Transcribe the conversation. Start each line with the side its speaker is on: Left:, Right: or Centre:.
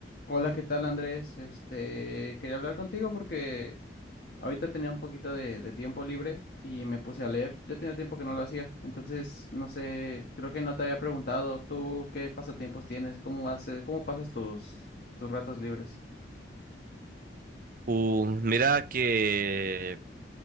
Left: Hola, ¿qué tal Andrés? Este, quería hablar contigo porque ahorita tenía un poquito de, de tiempo libre y me puse a leer. Yo tenía tiempo que no lo hacía, entonces no sé, creo que no te había preguntado tú qué pasatiempos tienes, cómo haces, cómo pasas tus, tus ratos libres.
Right: Uh, mira que